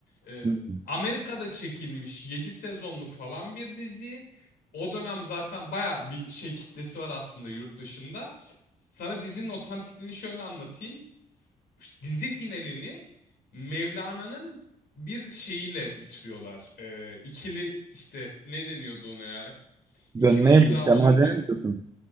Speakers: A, on the left (about 75°); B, on the right (about 20°).
A: Eee,
B: duydum. Hı.
A: Amerika'da çekilmiş 7 sezonluk falan bir dizi. O dönem zaten baya bir şey kitlesi var aslında yurt dışında. Sana dizinin otantikliğini şöyle anlatayım. Dizi finalini Mevlana'nın bir şeyiyle bitiriyorlar. Eee ikili işte ne deniyordu ona ya? İki
B: Dönmeye
A: mısra
B: bu Semazen'e
A: olunca.
B: mi diyorsun?